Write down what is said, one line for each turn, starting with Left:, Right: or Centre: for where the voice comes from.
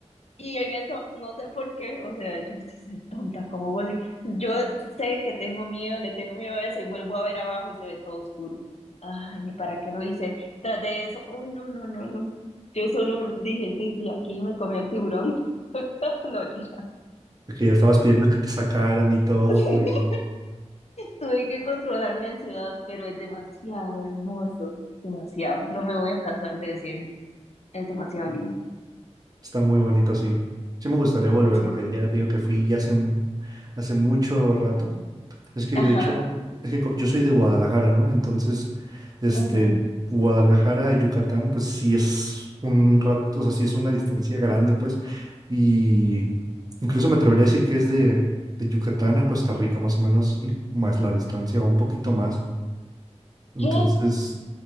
Left: Y en eso, no sé por qué, o sea, yo sí soy tonta, como vuelvo. Yo sé que tengo miedo, le tengo miedo a eso y vuelvo a ver abajo y se ve todo oscuro. Ay, ni para qué lo hice. Tras de eso, uy, no, no, no, no. Yo solo me dije, dice, y aquí me comí el tiburón. <laughs> No, mentira.
Right: Que ya estabas pidiendo que te sacaran y todo,
Left: <laughs>
Right: y,
Left: Tuve que controlar mi ansiedad, pero es demasiado hermoso, demasiado. No me voy a cansar de decirlo. Es demasiado
Right: y
Left: lindo.
Right: está muy bonito así. Sí me gustaría volver,
Left: Sí.
Right: porque ya te digo que fui ya hace, m- hace mucho rato. Es que
Left: Ajá.
Right: de hecho, es que co- yo soy de Guadalajara, ¿no? Entonces, este,
Left: ujú.
Right: Guadalajara a Yucatán, pues sí es un rato, o sea, sí es una distancia grande, pues. Y incluso me atrevería a decir que es de, de Yucatán a Costa Rica, más o menos, y más la distancia, o un poquito más. Entonces,
Left: ¿Qué?